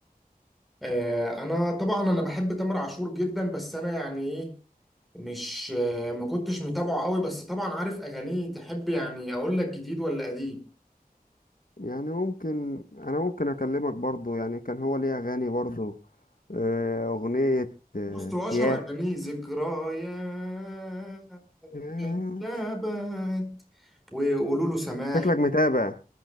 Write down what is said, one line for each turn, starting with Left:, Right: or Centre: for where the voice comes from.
Centre: آه انا طبعا انا بحب تامر عاشور جدا بس انا يعني ايه مش آه ما كنتش متابعه قوي بس طبعا عارف اغانيه تحب يعني اقول لك جديد ولا قديم
Left: يعني ممكن انا ممكن اكلمك برضو يعني كان هو ليه اغاني برضو آه، اغنية آه،
Centre: بوست واشر
Left: ياه
Centre: اغانيه ذكريات
Left: ياه.
Centre: كذبت وقولوا له سماح
Left: شكلك متابع